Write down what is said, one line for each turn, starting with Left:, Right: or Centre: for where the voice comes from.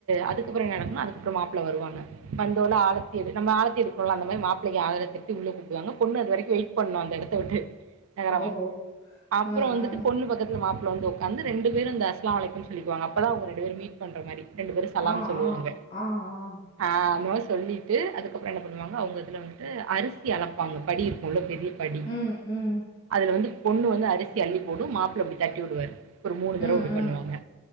Right: அதுக் கப்றோ என்ன நடக்கும்னா அதுக்கப்பறோ மாப்ள வருவாங்க வந்தோனே ஆழத்தி எடுக் நம்ம ஆழத்தி எடுக்குறோல்ல அந்த மாரி மாப்ளைக்கு ஆரத் எடுத்துட்டு உள்ள கூப்டுவாங்க பொண்ணு அது வரைக்கு வெயிட் பண்ணு அந்த எடத்த விட்டு நகராம
Left: ஓஹோ
Right: அப்புறோ
Left: ஆ
Right: வந்துட்டு
Left: ஆ
Right: பொண்ணு பக்கத் துல மாப்ள வந்து உக்காந்து ரெண்டு பேரு அந்த அஸ்ஸலாமலைக்கும் சொல்லிக்குவாங்க அப்பதா அவ்ங்க ரெண்டு பேர் மீட் பண்ற மாரி ரெண்டு பேரு சலாம்
Left: ஆ
Right: சொல்லுவாங்க
Left: ஆ ஆ ஆ
Right: ஆ அந்த மாரி சொல்லிட்டு அதுக்கப்பறோ என்ன பண்ணுவாங்க அவங்க இதுல வந்துட்டு அரிசி அளப்பாங்க படி இருக்கூல்ல பெரிய படி
Left: ம் ம்
Right: அதுல வந்து பொண்ணு வந்து அரிசி அள்ளி போடும் மாப்ள அப்டி தட்டி வுடுவாரு ஒரு மூணு தடவ
Left: ம்
Right: இப்டி
Left: ம்
Right: பண்ணுவாங்க